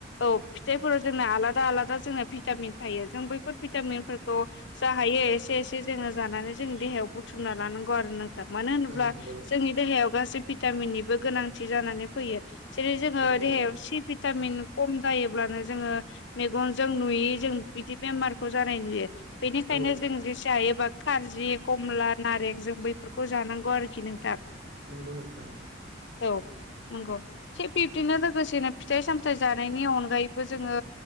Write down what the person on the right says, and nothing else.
औ नंगौ नोंथां
औ
औ
औ औ
नोंगौ नोंथा।